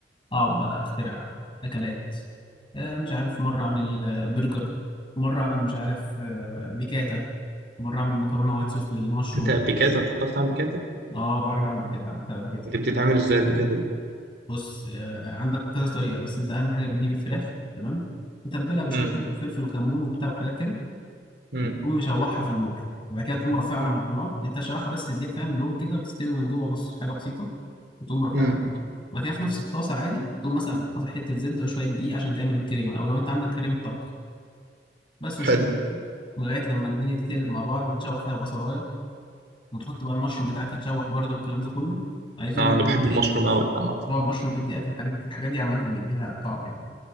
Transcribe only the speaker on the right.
انت بيكاتا انت بتعرف تعمل بيكاتا
انت بتتعمل ازاي البيكاتا دي
امم
امم
امم
أمم.
حلو
اه انا بحب المشروم قوي عامه